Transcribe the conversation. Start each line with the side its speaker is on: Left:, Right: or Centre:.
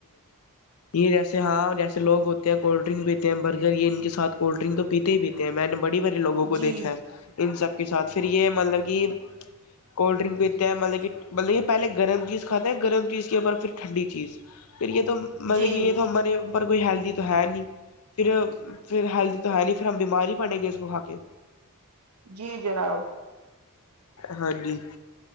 Left: ویسے ہی ہے جیسے لوگ کولڈ ڈرنک پیتے ہیں اور برگر کھاتے ہیں، یہ کولڈ ڈرنک تو پیتے بھی تھے، میں نے۔ بڑے بڑے والوں لوگوں کو
Right: جی
Left: دی۔ ہاں پھر ان سب کے ساتھ یہ، مطلب کہ کولڈ ڈرنک پیتے ہیں، مطلب کہ پہلے تو گرم چیز کھاتے ہیں پھر ٹھنڈی چیز۔ پھر یہ تو کہ
Right: جی
Left: یہ ماری ہوں گے۔ پر کوئی ہیلتھی تو ہے ہی نہیں، پھر بیمار تو نہیں پڑیں گے اس کو کھا کے۔
Right: جی جناب،
Left: ہاں جی،